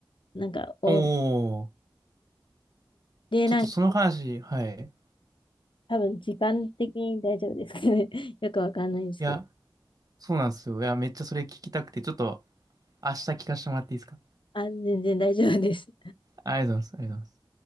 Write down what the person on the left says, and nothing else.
なんか、お、
で、
なんか、
多分時間的に大丈夫ですけど、ね、<laughs> よくわかんないんですけど、
あ、全然大丈夫です。